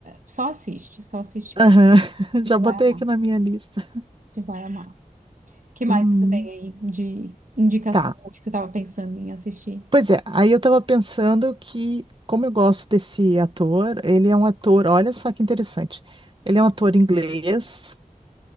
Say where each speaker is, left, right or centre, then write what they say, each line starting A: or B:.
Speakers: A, on the right (about 65°); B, on the right (about 35°).
A: só assiste, só assiste que
B: Aham.
A: tu,
B: <laughs>
A: que
B: Já
A: tu
B: botei
A: vai amar,
B: aqui na minha lista.
A: tu vai amar. O Que mais
B: Hum,
A: que você tem aí de indicação
B: tá.
A: o que tu tava pensando em assistir?
B: Pois é, aí eu tava pensando que, como eu gosto desse ator, ele é um ator, olha só que interessante. Ele é um ator inglês.